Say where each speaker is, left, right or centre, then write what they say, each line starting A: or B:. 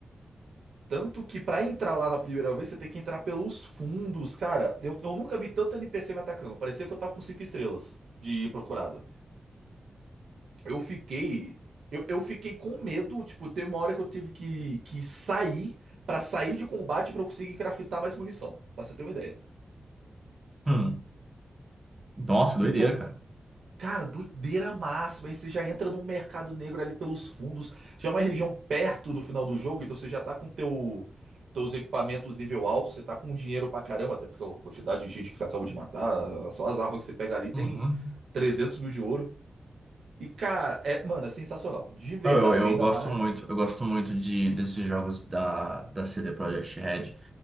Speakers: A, on the right; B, on the right.
A: Tanto que pra entrar lá na primeira vez, você tem que entrar pelos fundos, cara. Eu, eu nunca vi tanto NPC me atacando. Parecia que eu tava com cinco estrelas de procurado. Eu fiquei. Eu, eu fiquei com medo. Tipo, teve uma hora que eu tive que, que sair pra sair de combate pra eu conseguir craftar mais munição. Pra você ter uma ideia.
B: Hum. Nossa, que doideira,
A: E, pô,
B: cara.
A: Cara, doideira máxima. Aí você já entra num mercado negro ali pelos fundos. Já é uma região perto do final do jogo, então você já tá com teu, teus equipamentos nível alto, você tá com dinheiro pra caramba, até porque a quantidade de gente que você acabou de matar, só as armas que você pega ali tem
B: Uhum.
A: 300 mil de ouro. E, cara, é, mano, é sensacional. De verdade,
B: Não, eu, eu
A: ainda
B: gosto
A: mais.
B: muito, eu gosto muito de, desses jogos da, da CD Projekt Red.